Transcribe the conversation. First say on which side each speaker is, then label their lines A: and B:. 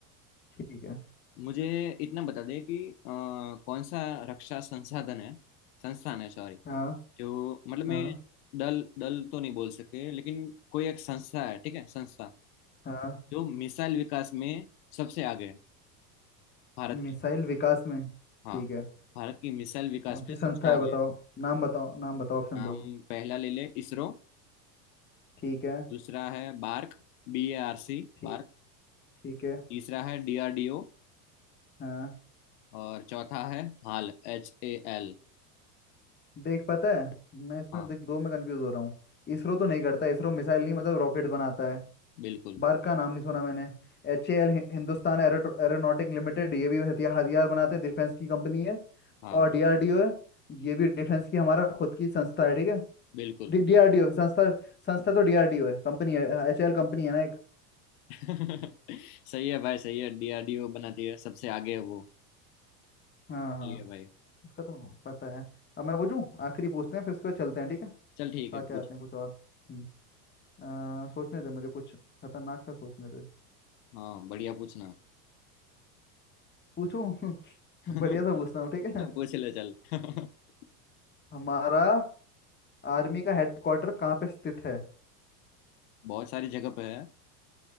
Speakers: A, on the left; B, on the left.
A: ठीक है
B: मुझे इतना बता दे कि अ, कौन सा रक्षा संसाधन है संस्थान है सॉरी
A: हाँ
B: जो मतलब मैं
A: हाँ
B: दल दल तो नहीं बोल सकते लेकिन कोई एक संस्था है ठीक है संस्था
A: हाँ
B: जो मिसाइल विकास में सबसे आगे है भारत की
A: मिसाइल विकास में
B: हाँ
A: ठीक है
B: भारत की मिसाइल विकास
A: कौन
B: में
A: सी संस्था
B: सबसे आगे
A: है बताओ
B: है
A: नाम बताओ नाम बताओ ऑप्शन
B: हम
A: दो
B: पहला ले ले इसरो
A: ठीक है
B: दूसरा है BARC B A R C
A: ठीक
B: BARC
A: ठीक है
B: तीसरा है डी आर डी ओ
A: हाँ
B: और चौथा है हाल एच ए एल
A: देख पता है मैं इसमें
B: हाँ
A: देख दो में कंफ्यूज हो रहा हूँ इसरो तो नहीं करता इसरो मिसाइल नहीं मतलब रॉकेट बनाता है
B: बिल्कुल
A: बार्क का नाम नहीं सुना मैंने H A L Hindustan aeronautic limited ये भी हथियार हथियार बनाते हैं डिफेंस की कंपनी है
B: हाँ
A: और डीआरडीओ है ये भी डिफेंस की हमारा खुद की संस्था है ठीक है
B: बिल्कुल
A: डीआरडीओ संस्था संस्था तो डीआरडीओ है कंपनी है एच ए एल कंपनी है ना एक
B: <laughs> सही है भाई सही है डी आर डी ओ बनाती है सबसे आगे है वो
A: हाँ हाँ
B: ठीक है भाई
A: इसका तो पता है अब मैं पूछूं आखिरी पूछते हैं फिर उसके बाद चलते हैं ठीक है
B: चल ठीक है
A: आके
B: पूछ
A: आते हैं कुछ और हम्म, आ, सोचने दे मुझे कुछ खतरनाक सा सोचने दे
B: हाँ बढ़िया पूछना
A: पूछूं <laughs>
B: <laughs>
A: बढ़िया सा पूछता हूँ ठीक है
B: पूछ ले चल <laughs>
A: हमारा आर्मी का हेडक्वार्टर कहाँ पे स्थित है
B: बहुत सारी जगह पे है